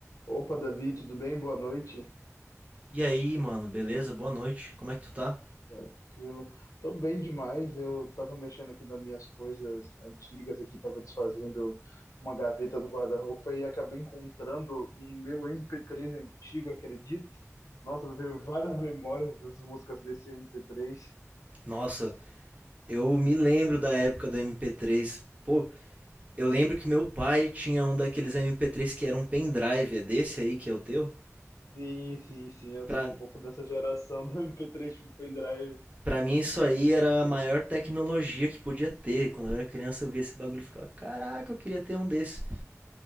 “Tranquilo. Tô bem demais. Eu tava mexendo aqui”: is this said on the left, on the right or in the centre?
Left